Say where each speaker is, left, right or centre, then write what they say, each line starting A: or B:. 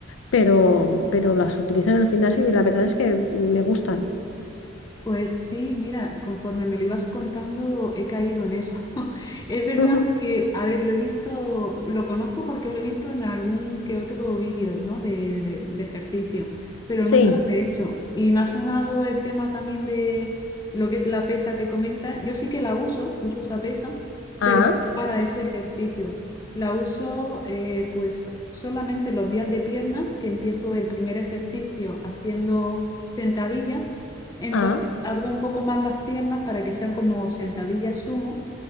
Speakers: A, on the left; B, on the left.
A: pero, pero las utilizo en el gimnasio y la verdad es que me gustan.
B: Pues sí, mira, conforme me lo ibas contando, he caído en eso. <laughs> Es verdad
A: Ujú.
B: que, a ver, lo he visto, lo conozco porque lo he visto en algún que otro vídeo, ¿no? De, de- de ejercicio, pero
A: Sí.
B: nunca lo he hecho. Y me ha sonado el tema también de lo que es la pesa que comenta. Yo sí que la uso, uso esa pesa,
A: Ah,
B: pero no para ese ejercicio. La uso, eh, pues, solamente los días de piernas, que empiezo el primer ejercicio haciendo sentadillas. Entonces,
A: ah,
B: abro un poco más las piernas para que sean como sentadillas sumo